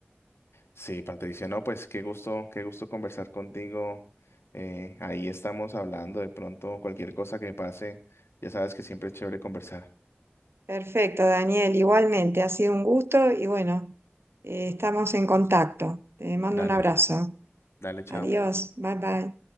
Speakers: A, on the left; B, on the right.
A: Sí, Patricia, no, pues qué gusto, qué gusto conversar contigo. Eh, ahí estamos hablando de pronto cualquier cosa que pase, ya sabes que siempre es chévere conversar.
B: Perfecto, Daniel, igualmente, ha sido un gusto y bueno, eh, estamos en contacto. Te mando
A: Dale,
B: un abrazo.
A: ch- dale, chao.
B: Adiós, bye bye.